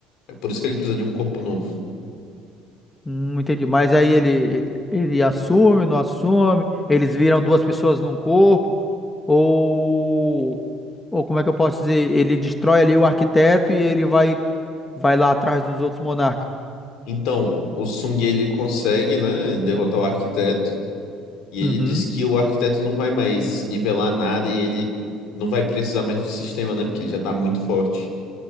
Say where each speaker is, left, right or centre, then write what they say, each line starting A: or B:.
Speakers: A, on the left (about 70°); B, on the left (about 20°).
A: É por isso que ele precisa de um corpo novo.
B: hum, entendi. Mas aí ele, ele assume, não assume, eles viram duas pessoas num corpo, ou, ou como é que eu posso dizer? Ele destrói ali o arquiteto e ele vai, vai lá atrás dos outros monarcas.
A: Então, o Sung ele consegue, né, derrotar o arquiteto. E ele
B: Uhum,
A: diz que o arquiteto não vai mais nivelar nada e ele não vai precisar mais do sistema, né? Porque ele já tá muito forte.